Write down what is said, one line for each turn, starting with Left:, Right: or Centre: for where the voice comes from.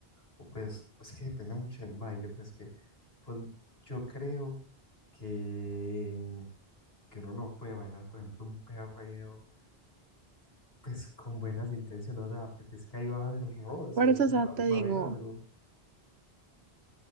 Left: o pues es que depende mucho del baile, pero es que pues yo creo que, que uno no puede bailar, por ejemplo, un perreo, pues con buenas intenciones, o sea, porque es que ahí va a haber roce,
Right: Por eso,
Left: o sea,
Right: o sea, te digo,
Left: va a haber algo.